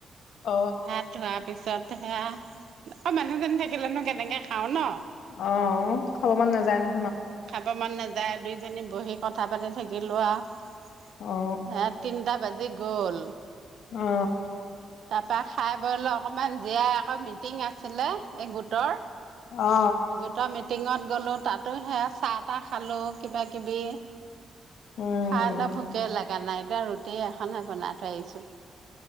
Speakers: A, on the left; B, on the right.
A: অ
B: ভাত ধোৱাৰ পিছত সেয়া অক মানুহজনী থাকিলেনো কেনেকে খাওঁ ন।
A: অ খাব মন নাযায় নো?
B: খাব মন নাযায় দুইজনী বহি কথা পাতি থাকিলোঁ আৰু।
A: অ
B: হে তিনটা বাজি গ'ল।
A: অ।
B: তাপা খাই বৈ লৈ অকমান জীয়াই আকৌ মিটিং আছিলে এই গোটৰ।
A: অ অ
B: গোট মিটিঙত গ'লো তাতো শেয়া চাহ তাহ খালো কিবা কিবি
A: উম
B: খাইলে ভোকে লগা নাই এতিয়া ৰুতি তি এখনহে বনাই থৈ আহিছোঁ।